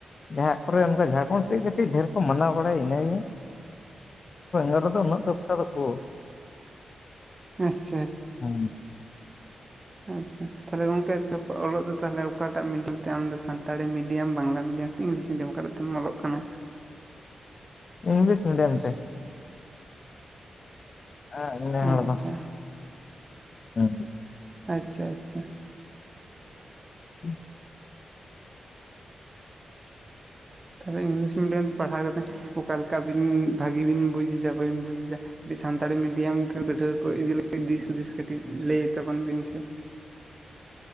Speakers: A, on the left; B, on the right.
A: ᱡᱟᱦᱟᱸᱜ ᱠᱚᱨᱮ ᱚᱱᱠᱟ ᱡᱷᱟᱲᱠᱷᱚᱱᱰ ᱥᱮᱜ ᱠᱟᱹᱴᱤᱡ ᱰᱷᱮᱨ ᱠᱚ ᱢᱟᱱᱟᱣ ᱵᱟᱲᱟᱭᱟ ᱤᱱᱟᱹ ᱜᱮᱭ᱾ ᱟᱞᱮ ᱫᱚ ᱩᱱᱟᱹᱜ ᱫᱚᱠᱛᱟ ᱫᱚᱠᱚ
B: <unintelligible>
A: ᱦᱩᱸᱻ
B: ᱟᱪᱪᱷᱟ ᱛᱟᱦᱚᱞᱮ ᱜᱚᱝᱠᱮ ᱛᱮ ᱚᱞᱚᱜ ᱫᱚ ᱛᱟᱦᱚᱞᱮ ᱚᱠᱟᱴᱟᱜ ᱢᱤᱰᱤᱭᱟᱢ ᱛᱮ ᱟᱢ Santali medium Bangla medium English medium ᱠᱟᱛᱮᱜ ᱛᱮᱢ ᱚᱞᱚᱜ ᱠᱟᱱᱟ᱾
A: English medium. ᱛᱮ <unintelligible>
B: ᱟᱪᱪᱷᱟ
A: ᱦᱩᱸ ᱦᱩᱸ
B: ᱟᱪᱪᱷᱟ ᱟᱪᱪᱷᱟ
A: <inaudible>
B: ᱛᱟᱦᱚᱞᱮ ᱤᱝᱞᱤᱥ ᱢᱤᱰᱤᱭᱟᱢ ᱛᱮ ᱯᱟᱲᱦᱟᱣ ᱠᱟ ᱠᱟᱛᱮᱫ ᱚᱠᱟ ᱞᱮᱠᱟᱵᱤᱱ ᱵᱷᱟᱹᱜᱤ ᱵᱤᱱ ᱵᱩᱡᱽ ᱮᱫᱟ ᱵᱟᱹᱤᱱ ᱵᱩᱡᱽ ᱮᱫᱟ? ᱤᱡ ᱥᱟᱱᱛᱟᱲᱤ ᱢᱤᱰᱤᱭᱟᱢ ᱨᱮᱱ ᱯᱟᱹᱴᱷᱩᱣᱟᱹ ᱠᱚ ᱤᱫᱤ ᱫᱤᱥ ᱦᱩᱫᱤᱥ ᱠᱟᱹᱴᱤᱡ ᱞᱟᱹᱭ ᱛᱟᱵᱚᱱ ᱵᱤᱱ ᱥᱮ?